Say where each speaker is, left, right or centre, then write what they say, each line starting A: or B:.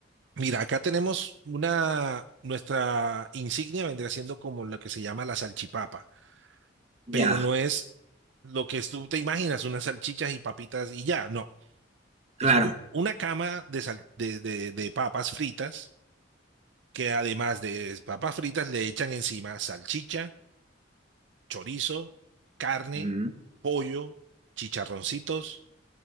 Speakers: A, on the right; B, on the right.
A: Mira, acá tenemos una, nuestra insignia vendría siendo como lo que se llama la salchipapa,
B: ya,
A: pero no es lo que tú te imaginas, unas salchichas y papitas y ya, no.
B: claro.
A: Es u- una cama de, sal- de, de de papas fritas que además de papas fritas le echan encima salchicha chorizo, carne,
B: Mm.
A: pollo, chicharroncitos,